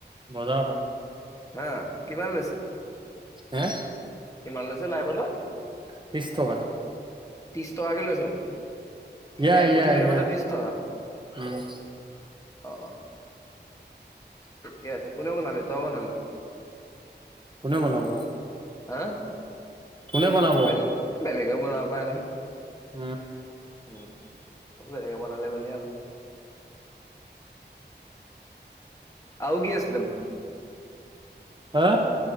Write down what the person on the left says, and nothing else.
হা কিমান লৈছে।
কিমান লৈছে লাই পাতৰ।
ত্ৰিশ টকাকে লৈছে এ
এমুঠি
লাই
পাতৰ ত্ৰিশ টকা।
অ অ ঠিকে আছে কোনে বনালে তই বনালি।
হা।
বেলেগ বেলেগে বনাব পাৰে ন।
উম মই এনেকে বনালে বুলি ভাৱো। আৰু কি আছিলে।